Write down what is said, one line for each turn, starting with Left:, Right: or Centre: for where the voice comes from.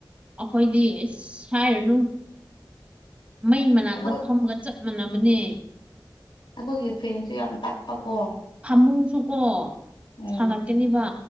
Right: ꯑꯩꯈꯣꯏꯗꯤ ꯍꯥꯏꯔꯨꯅꯨ ꯃꯩ ꯃꯅꯥꯛꯇ
Left: ꯑꯩꯈꯣꯏ
Right: ꯐꯝꯃꯒ ꯆꯞ ꯃꯥꯟꯅꯕꯅꯦ
Left: ꯑꯩꯈꯣꯏꯒꯤ ꯐ꯭ꯔꯦꯟꯁꯨ ꯌꯥꯝ ꯇꯠꯄ ꯀꯣ
Right: ꯑꯃꯃꯨꯡꯁꯨꯀꯣ
Left: ꯎꯝ
Right: ꯁꯥꯒꯠꯀꯅꯤꯕ